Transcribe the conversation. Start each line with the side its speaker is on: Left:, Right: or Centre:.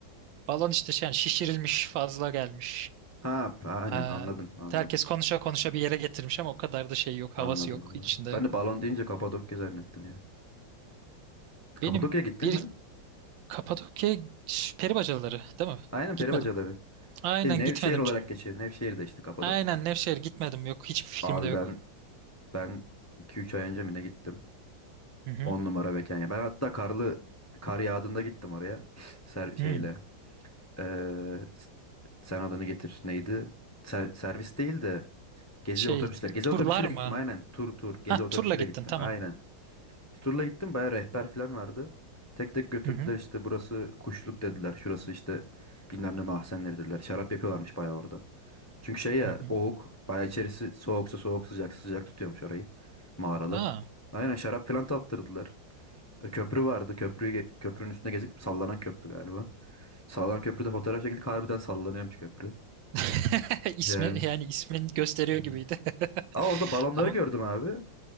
Right: balon işte şey yani şişirilmiş fazla gelmiş.
Left: Ha, p- aynen
Right: Aa,
Left: anladım anladım.
Right: herkes konuşa konuşa bir yere getirmiş ama o kadar da şey yok.
Left: Anladım
Right: Havası yok
Left: anladım.
Right: içinde.
Left: Ben de balon deyince Kapadokya zannettim ya.
Right: Benim
Left: Kapadokya'ya gittin
Right: bir
Left: mi?
Right: Kapadokya peri bacaları değil mi?
Left: Aynen peri
Right: Gitmedim.
Left: bacaları.
Right: Aynen
Left: E, Nevşehir
Right: gitmedim.
Left: olarak
Right: Çok-
Left: geçiyor. Nevşehir de işte Kapadokya.
Right: Aynen Nevşehir gitmedim. Yok hiçbir fikrim
Left: Abi
Right: de yok.
Left: ben Ben iki üç ay önce mi ne gittim?
Right: Hı hı.
Left: on numara mekan ya. Ben hatta karlı kar yağdığında gittim oraya. <sniffs> Ser, şeyle.
Right: Hı.
Left: Ee, s- sen adını getir. Neydi? Ser- servis değil de gezi
Right: Şey
Left: otobüsleri. Gezi otobüsüyle
Right: turlar mı?
Left: gittim aynen. Tur tur. Gezi
Right: Ha
Left: otobüsüyle
Right: turla gittin
Left: gittim
Right: tamam.
Left: aynen. İşte Turla gittim bayağı rehber falan vardı. Tek tek götürdüler
Right: Hı hı.
Left: işte burası kuşluk dediler. Şurası işte bilmem ne mahzenleri dediler. Şarap yapıyorlarmış bayağı orada. Çünkü şey ya
Right: Hı hı.
Left: oğuk bayağı içerisi soğuksa soğuk sıcak sıcak tutuyormuş orayı mağaralar.
Right: Aa.
Left: Aynen şarap falan tattırdılar. E, Köprü vardı. Köprüyü ge- köprünün üstüne gezip sallanan köprü galiba. Sallanan köprüde fotoğraf çekildik. Harbiden sallanıyormuş köprü.
Right: <laughs> İsmi
Left: Yani.
Right: yani ismin gösteriyor
Left: Hmm.
Right: gibiydi. <laughs>
Left: Ama orada balonları
Right: Ama
Left: gördüm abi.